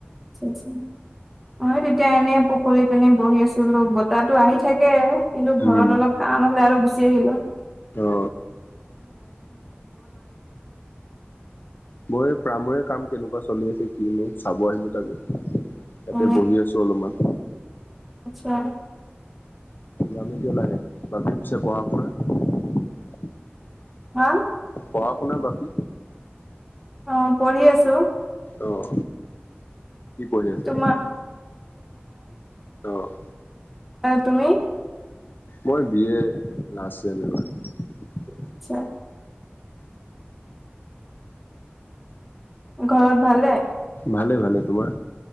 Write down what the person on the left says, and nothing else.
উম
অ মই প্ৰামাৰ <unintelligible> কাম কেনেকুৱা চলি আছে কি মই চাব আহিলো তাকে ইয়াতে
বহি আছো অলপমান।
<unintelligible>
পঢ়া শুনা বাকী।
অহঁ। কি কৰিঢ়ি আছা
অহ।
মই বিয় লষ্টচি এবাৰ <unintelligible>
ভালে ভালে তোমাৰ।